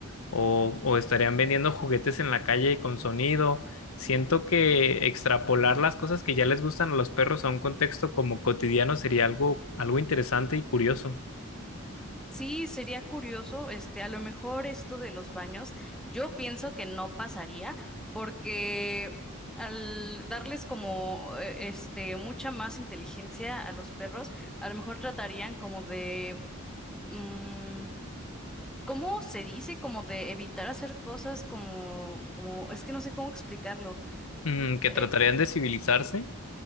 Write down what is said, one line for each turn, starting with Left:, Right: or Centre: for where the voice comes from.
Left: o, o estarían vendiendo juguetes en la calle con sonido. Siento que extrapolar las cosas que ya les gustan a los perros a un contexto como cotidiano sería algo, algo interesante y curioso,
Centre: Sí, sería curioso, este, a lo mejor esto de los baños, yo pienso que no pasaría porque al darles como eh, este mucha más inteligencia a los perros, a lo mejor tratarían como de mm, ¿cómo se dice? Como de evitar hacer cosas como como es que no sé cómo explicarlo.
Left: Mm, que
Centre: Eh,
Left: tratarían de civilizarse.